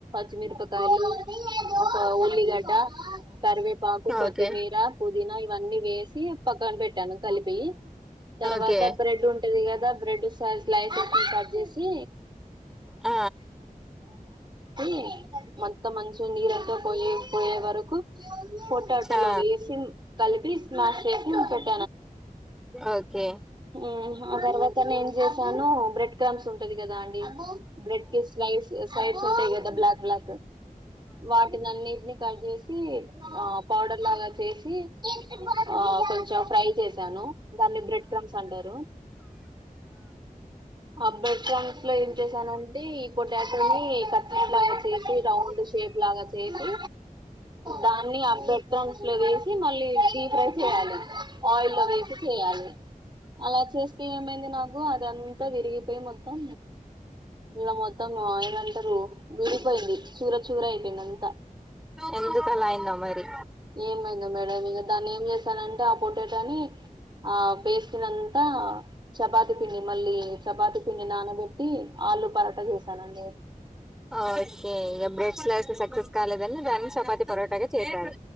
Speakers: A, on the right; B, in the centre.
A: పచ్చిమిరపకాయలు ఒక ఉల్లిగడ్డ కరివేపాకు కొత్తిమీర
B: ఓకే
A: పుదీనా ఇవన్నీ వేసి పక్కన పెట్టాను కలిపియి తర్వాత
B: ఓకే
A: బ్రెడ్ ఉంటది కదా బ్రెడ్ సైజ్ స్లయ్స్ ని కట్ చేసి
B: ఆ
A: టి మంత మంచు నీరంతా పోయే పోయే వరకు ఫోటో ఆటోలో
B: ఆ
A: వేసి కలిపి మాకేట్లుంటది
B: ఓకే
A: ఊమ్ ఆ తర్వాత నేన్ చేసాను బ్రెడ్ క్రామ్స్ ఉంటది కదా అండి బ్రెడ్ కి స్లైస్ సైడ్స్ ఉంటాయి గద ధ బ్లాక్ బ్లాక్ వాటిని అన్నిటిని కట్ జేసి ఆ పౌడర్ లాగా చేసి ఆ కొంచం ఫ్రై చేశాను దాన్ని బ్రెడ్ క్రమ్స్ అంటారు అబ్బ ఎకువన్ లో ఏం చేశానంటే ఈ పొటాటోని కట్ ఇట్లాగా చేసి రౌండ్ షేప్ లాగా చేసి దాన్ని ఆ బెట్రన్స్ లో వేసి మళ్ళీ డిప్రై చేయాలి ఆయిల్ లొ వేసి చేయాలి అలా చేస్తే ఏమైంది నాక్ ఓ అదంతా విరిగిపోయి మొత్తం ఇలా మొత్తం మాయలంటారు విడిపోయింది చూర చూర అయిపోయింది అంతా
B: ఎందుకలా అయిందో మరి
A: ఏమైందో మేడం ఇగ దాన్ని ఏం జేశానం గ పొటాటోని ఆ పేస్టునంత చపాతి పిండి మళ్ళీ చపాతి పిండి నానబెట్టి ఆలు పరాటా చేసానండి
B: ఆ ఓకే ఇగ బ్రెడ్ స్లాస్ సక్సెస్ కాలేదని దాన్ని చపాతి పరోటాగా చేసాను